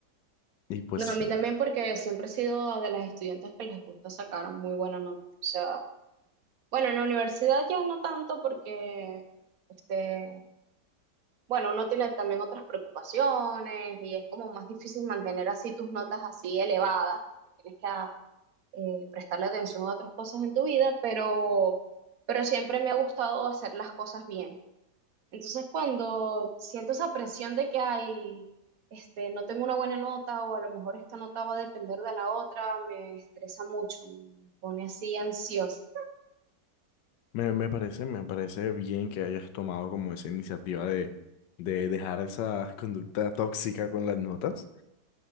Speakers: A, on the left; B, on the right.
A: Y pues
B: No,
A: sí,
B: a mí también porque siempre he sido de las estudiantes que les gusta sacar muy buena nota. O sea, bueno, en la universidad ya no tanto porque, este, bueno, uno tiene también otras preocupaciones y es como más difícil mantener así tus notas así elevadas, porque tienes que ah, eh, prestarle atención a otras cosas en tu vida, pero, pero siempre me ha gustado hacer las cosas bien. Entonces, cuando siento esa presión de que hay, este, no tengo una buena nota o a lo mejor esta nota va a depender de la otra, me estresa mucho, me me pone así ansiosa.
A: Me, me parece, me parece bien que hayas tomado como esa iniciativa de, de dejar esa <laughs> conducta tóxica con las notas.